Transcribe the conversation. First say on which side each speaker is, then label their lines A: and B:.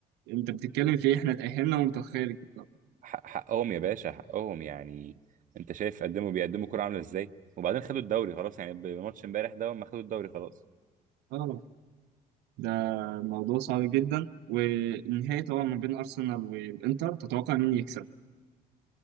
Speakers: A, on the right; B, on the right.
A: أنت بتتكلم في إيه إحنا تأهلنا وأنت خارج طب
B: حق- حقهم يا باشا حقهم يعني انت شايف قدموا بيقدموا كرة عاملة ازاي وبعدين خدوا الدوري خلاص يعني بماتش امبارح ده هم خدوا الدوري خلاص
A: اه ده موضوع صعب جدا والنهائي طبعا ما بين أرسنال والإنتر تتوقع مين يكسب؟